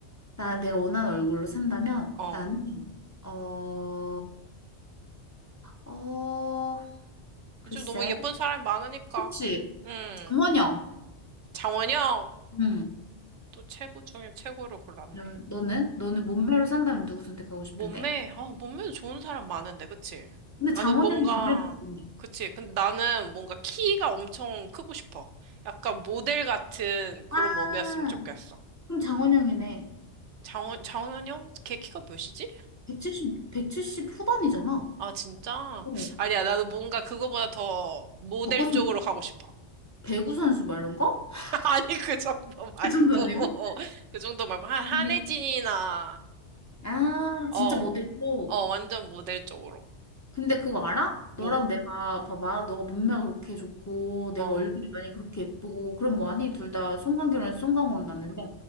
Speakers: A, on the left; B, on the right.
A: 나 내가 원하는 얼굴로 산다면
B: 어.
A: 나는 어, 어, 글쎄.
B: 요즘 너무 예쁜 사람이 많으니까.
A: 그치?
B: 응.
A: 장원영.
B: 장원영,
A: 응.
B: 또 최고 중에 최고를 골랐네.
A: 너, 너는? 너는 몸매로 산다면 누구 선택하고 싶은데?
B: 몸매, 아, 몸매도 좋은 사람 많은데, 그치?
A: 근데
B: 나는
A: 장원영이
B: 뭔가,
A: 몸매도 좋은데.
B: 그치? 근데 나는 뭔가 키가 엄청 크고 싶어. 약간 모델 같은 그런
A: 아,
B: 몸이었으면 좋겠어.
A: 그럼 장원영이네.
B: 장원, 장원영? 걔 키가 몇이지?
A: 170, 170 후반이잖아.
B: 아, 진짜?
A: 어.
B: 아니야, 나도 뭔가 그거보다 더 모델
A: 저것은
B: 쪽으로 가고 싶어.
A: 배구 선수 말이 거? <laughs>
B: <laughs> 아니, 그 정도 말고.
A: 그 정도 아니고?
B: <laughs> 그 정도 말고. 한, 한혜진이나.
A: 근데 아,
B: 어,
A: 진짜 모델 쪽.
B: 어, 완전 모델 쪽으로.
A: 근데 그거 알아?
B: 뭐,
A: 너랑 내가 봐봐 너가 몸매가 그렇게 좋고 내가
B: 어.
A: 얼굴이 많이 그렇게 예쁘고 그럼 뭐하니? 둘 다 송강결혼해서 송강으로 났는데